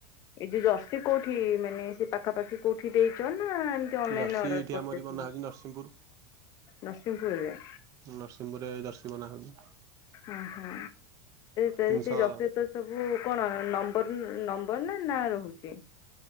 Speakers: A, on the left; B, on the right.
A: ଏଇ ଯଉ ଜର୍ସି କୋଉଠି ମାନେ ସେ ପାଖାପାଖି କୋଉଠି ଦେଇଛ ନା ଏମିତି ଅନଲାଇନ
B: ଜର୍ସି
A: ଅର୍ଡର।
B: ଏଠି
A: କରିଦେଇଥିଲ?
B: ଆମରି ବନାହଉଛି ନରସିଂହପୁର।
A: ନରସିଂହପୁରରେ?
B: ନରସିଂହପୁରରେ ଜର୍ସି ବନାହଉଛି।
A: ଓହୋ ସେ
B: ତିନିଶହ
A: ସେଇ ଜର୍ସି ଭି ସବୁ କଣ ନମ୍ବର ନମ୍ବର ନା ନାଁ ରହୁଛି?